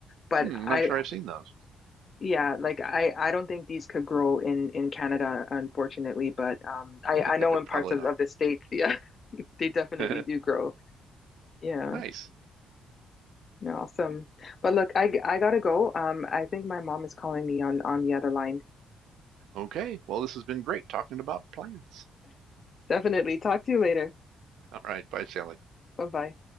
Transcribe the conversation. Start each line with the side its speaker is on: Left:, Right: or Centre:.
Left: but
Right: Hmm,
Left: I
Right: not sure I've seen those.
Left: yeah, like I I don't think these could grow in in Canada unfortunately, but um I I
Right: <laughs>
Left: know in parts
Right: Probably
Left: of,
Right: not.
Left: of the States, yeah, <laughs> they definitely
Right: <laughs>
Left: do grow. Yeah.
Right: Nice.
Left: You're awesome. But look, I I gotta go. Um, I think my mom is calling me on on the other line.
Right: Okay. Well, this has been great talking about plants.
Left: Definitely. Talk to you later.
Right: <laughs> All right. Bye, Shelley.
Left: Bye bye.